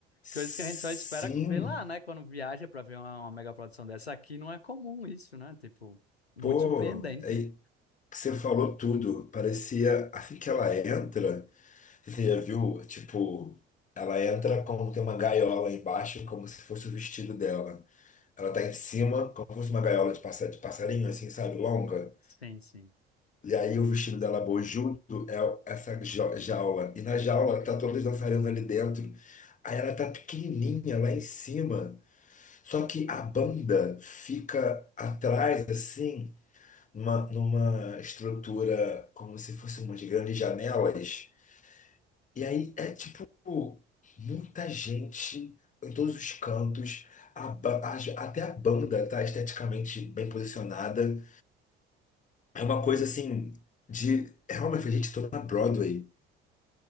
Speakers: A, on the left (about 80°); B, on the left (about 25°).
A: Coisas
B: Sim,
A: que a gente só espera ver lá, né? Quando viaja pra ver uma, uma mega produção dessa aqui, não é comum isso, né? Tipo, muito
B: pô,
A: surpreendente.
B: aí que você falou tudo. Parecia, assim que ela entra, você já viu, tipo, ela entra como tem uma gaiola embaixo, como se fosse o vestido dela. Ela tá em cima, como se fosse uma gaiola de passa- de passarinho, assim, sabe, longa.
A: Sim, sim.
B: E aí o vestido dela bojudo é essa ja- jaula. E na jaula tá todas dançarinas ali dentro. Aí ela tá pequenininha lá em cima. Só que a banda fica atrás, assim, numa, numa estrutura como se fosse umas grandes janelas. E aí é tipo muita gente em todos os cantos. A ba- a- até a banda tá esteticamente bem posicionada. É uma coisa assim de. É uma gente toda na Broadway.